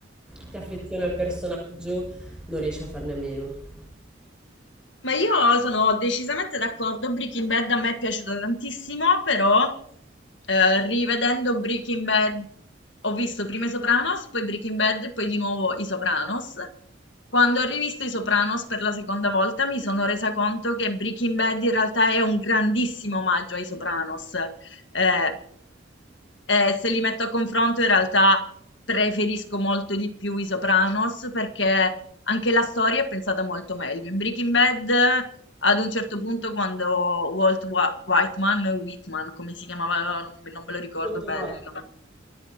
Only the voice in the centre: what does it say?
ti affezioni al personaggio non riesci a farne a meno.
Molto
guai.